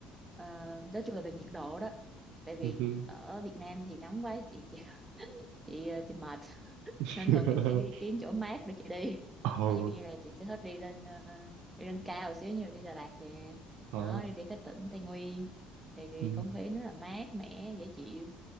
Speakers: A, on the right; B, on the right.
A: ờ, nói chung là về nhiệt độ đó. Tại vì
B: ừ
A: ở Việt Nam thì nắng quá chị chị chị, ờ, chị mệt
B: <laughs>
A: nên thường chị sẽ đi kiếm chỗ mát để chị đi
B: Ồ,
A: ví dụ như là chị sẽ thích đi lên ờ, đi lên cao một xíu như đi Đà Lạt nè
B: ờ,
A: đó đi đi các tỉnh Tây Nguyên thì cái
B: ừ
A: không khí nó là mát mẻ dễ chịu